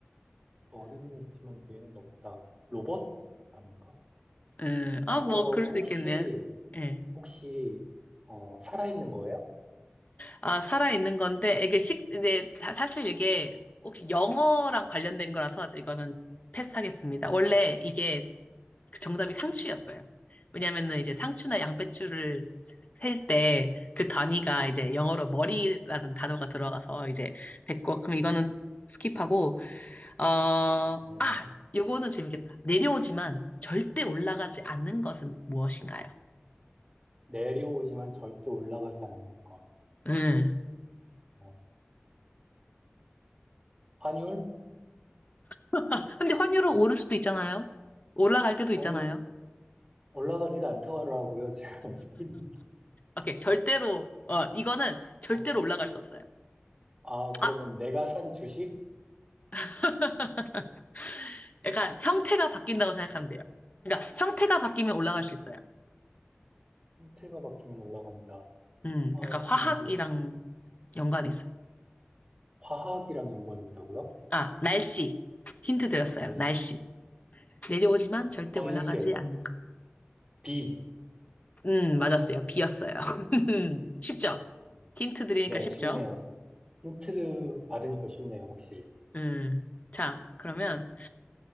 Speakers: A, on the right; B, on the left.
A: 머리는 있지만 뇌는 없다. 로봇? 아닌가?
B: 음, 아,
A: 이거
B: 뭐, 그럴 수
A: 혹시,
B: 있겠네. 예.
A: 혹시, 어, 살아있는 거예요?
B: 아, 살아있는 건데, 이게 식, 네, 사- 사실 이게 혹시 영어랑 관련된 거라서 이거는 패스하겠습니다. 원래 이게 그 정답이 상추였어요. 왜냐면은 이제 상추나 양배추를 셀 때 그 단위가 이제 영어로 머리라는 단어가 들어가서 이제 됐고, 그럼 이거는 스킵하고, 어,
A: 아,
B: 아, 요거는 재밌겠다. 내려오지만 절대 올라가지 않는 것은 무엇인가요?
A: 내려오지만 절대 올라가지 않는 것.
B: 음.
A: 어, 환율?
B: <laughs> 근데 환율은 오를 수도 있잖아요. 올라갈 때도
A: 아니,
B: 있잖아요.
A: 올라가지가 않더라고요. 제가 <laughs> 지고 있는 게.
B: 오케이, 절대로, 어, 이거는 절대로
A: 어.
B: 올라갈 수 없어요.
A: 아, 그러면
B: 아,
A: 내가 산 주식
B: <laughs> 약간 형태가 바뀐다고 생각하면 돼요. 그러니까 형태가 바뀌면 올라갈 수 있어요.
A: 형태가 바뀌면 올라간다.
B: 음,
A: 아,
B: 약간 화학이랑
A: 좀 이게
B: 연관이 있어요.
A: 화학이랑 연관이 있다고요?
B: 아, 날씨. 힌트 드렸어요.
A: 날씨,
B: 날씨. 내려오지만 절대
A: 번개,
B: 올라가지 않는 것.
A: 비.
B: 음, 맞았어요. 비였어요. <laughs> 쉽죠?
A: 어, 음.
B: 힌트 드리니까
A: 네,
B: 쉽죠?
A: 쉽네요. 힌트 받으니까 쉽네요, 확실히.
B: 음. 자, 그러면,